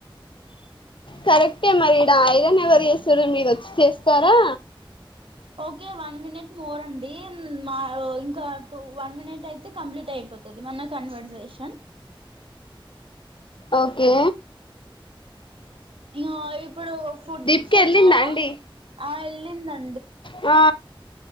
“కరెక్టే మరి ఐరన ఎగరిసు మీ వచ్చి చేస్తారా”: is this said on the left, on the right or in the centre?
Left